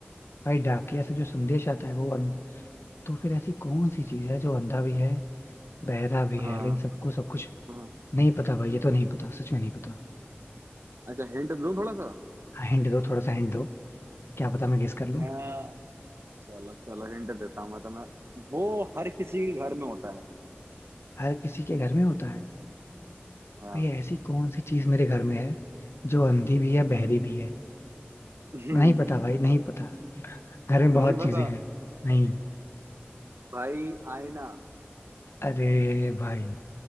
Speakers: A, on the left (about 80°); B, on the right (about 80°).
A: भाई डाकिया से जो संदेश आता है वो अंध... तो फिर ऐसी कौन सी चीज है जो अंधा भी है बहरा भी
B: हाँ
A: है लेकिन सबको सब कुछ
B: हाँ
A: नहीं पता भाई ये तो नहीं पता सच में नहीं पता
B: अच्छा हिंट दूं थोड़ा
A: हिंट दो थोड़ा सा हिंट दो क्या पता मैं गेस कर लूं
B: सा चलो चलो हिंट देता हूँ मैं तुम्हें वो हर किसी के घर में होता है
A: हर किसी के घर में होता है
B: हाँ
A: भैया ऐसी कौन सी चीज मेरे घर में है जो अंधी भी है बहरी
B: हम्म,
A: भी है
B: हम्म,
A: नहीं पता भाई नहीं पता घर में बहुत
B: नहीं पता
A: चीजें हैं नहीं
B: भाई आईना
A: अरे भाई